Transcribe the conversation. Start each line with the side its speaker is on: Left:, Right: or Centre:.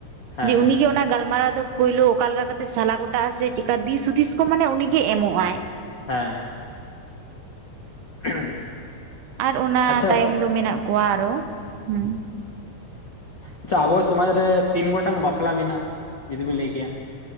Left: ᱦᱮᱸ
Right: ᱡᱮ ᱩᱱᱤᱜᱮ ᱚᱱᱟ ᱜᱟᱞᱢᱟᱨᱟᱣ ᱫᱚ-ᱼ ᱯᱩᱭᱭᱞᱳ ᱚᱠᱟ ᱞᱮᱠᱟ ᱠᱟᱛᱮ ᱥᱟᱞᱟ ᱜᱚᱴᱟᱜᱼᱟ ᱥᱮ ᱪᱮᱠᱟ ᱫᱤᱥ ᱦᱩᱫᱤᱥ ᱠᱚ ᱢᱟᱱᱮ ᱩᱱᱤᱜᱮ ᱮᱢᱚᱜᱼᱟᱭ᱾
Left: ᱦᱮᱸ <unintelligible>
Right: ᱟᱨ ᱚᱱᱟ
Left: ᱟᱪᱪᱷᱟ
Right: ᱛᱟᱭᱚᱢ ᱫᱚ ᱢᱮᱱᱟᱜ ᱠᱚᱣᱟ ᱟᱨᱚ ᱦᱩᱸ
Left: ᱟᱪᱪᱷᱟ ᱟᱵᱚ ᱥᱚᱢᱟᱡᱽ ᱨᱮ ᱛᱤᱱ ᱜᱚᱴᱟᱝ ᱵᱟᱯᱞᱟ ᱢᱮᱱᱟᱜ-ᱟ ᱡᱩᱫᱤ ᱵᱤᱱ ᱞᱟᱹᱭ ᱠᱮᱭᱟ?